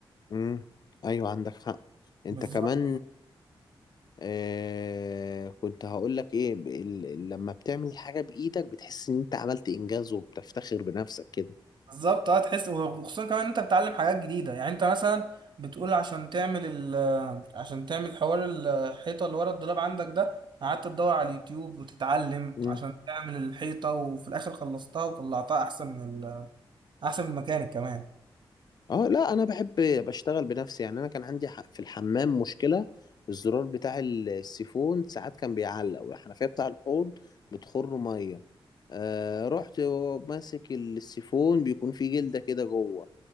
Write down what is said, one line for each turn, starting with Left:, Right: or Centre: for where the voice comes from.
Left: امم ايوه عندك حق انت
Right: بالظبط
Left: كمان آه كنت هقولك ايه ب- ال- لما بتعمل حاجة بايدك بتحس ان انت عملت انجاز وبتفتخر بنفسك كده
Right: بالظبط اه تحس وخصوصا كمان إن انت بتتعلم حاجات جديده يعني انت مثلا بتقول عشان تعمل ال عشان تعمل حوار الحيطه اللي ورا الدولاب عندك ده قعدت تدور على اليوتيوب وتتعلم
Left: امم
Right: عشان تعمل الحيطه وفي الاخر خلصتها وطلعتها احسن من ال... احسن من الميكانيك كمان
Left: اه لا انا بحب بشتغل بنفسي يعني انا كان عندي ح- في الحمام مشكلة الزرار بتاع السيفون ساعات كان بيعلق والحنفية بتاع الحوض بتخر مية آه رحت ماسك السيفون بيكون فيه جلدة كده جوه